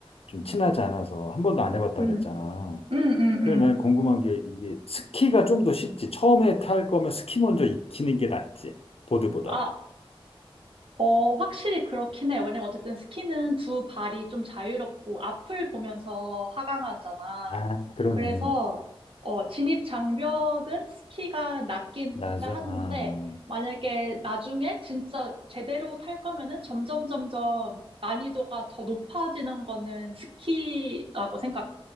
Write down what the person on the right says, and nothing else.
응,
응, 응,
응.
아, 어, 확실히 그렇긴 해. 왜냐면 어쨌든 스키는 두 발이 좀 자유롭고 앞을 보면서 하강하잖아.
그래서, 어, 진입 장벽은 스키가 낮긴
하는데,
만약에 나중에 진짜 제대로 탈 거면은 점점 점점 난이도가 더 높아지는 거는 스키라고 생각해.